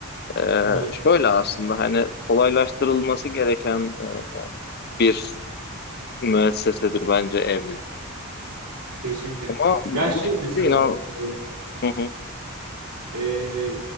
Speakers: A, on the left; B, on the right.
A: e,
B: Evet,
A: şöyle aslında hani kolaylaştırılması gereken e, bir müessesedir bence evlilik.
B: kesinlikle.
A: Ama bu
B: Ya şey
A: şekilde
B: mesela
A: inan.
B: e,
A: Hı hı.
B: E,